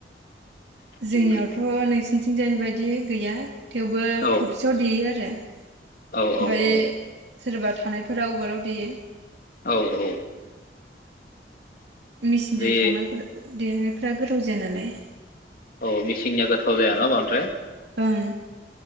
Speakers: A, on the right (about 75°); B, on the left (about 50°).
A: जोंनियावथ'
B: बिदि
A: नै सि बिथिंजाय बे बायदि गैया। थेवबो
B: औ
A: थबसेयाव देयो आरो।
B: औ
A: ओमफ्राय
B: औ औ।
A: सोरबा थानायफोरा उवालाव देयो।
B: औ औ।
A: मेचिनजों
B: बे
A: संनायफोर। देनायफ्रा गोथाव जाया नालाय।
B: औ मिसिंनि गोथाव जाया न बांद्राय
A: ओं।